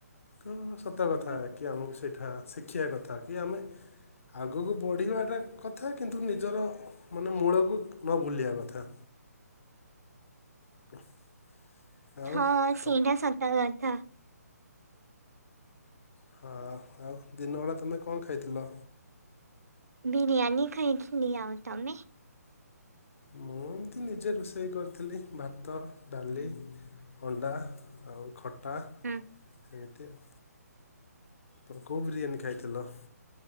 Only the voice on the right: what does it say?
ହୁଁ,
ହଁ ସେଇଟା
ସତ କଥା।
ବିିରିୟାନୀ ଖାଇଥିଲି, ଆଉ ତମେ?
ହୁଁ।